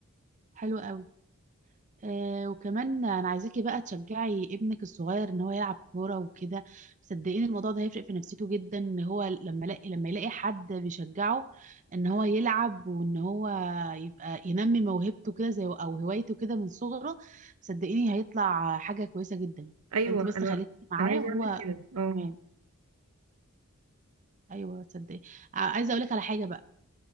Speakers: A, on the right (about 35°); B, on the right (about 85°).
A: حلو قوي آه وكمان انا عايزاكي بقى تشجعي ابنك الصغير ان هو يلعب كوره وكده صدقيني الموضوع ده هيفرق في نفسيته جدا ان هو لما يلاقي لما يلاقي حد بيشجعه ان هو يلعب وان هو يبقى ينمي موهبته كده زي او هوايته كده من صغره صدقيني هيطلع حاجه كويسه جدا
B: ايوه
A: فانت بس
B: انا
A: خليكي معاه
B: انا عايزه
A: وهو
B: اعمل كده اه
A: تمام ايوه صدقيني ع- عايزه اقول لك على حاجه بقى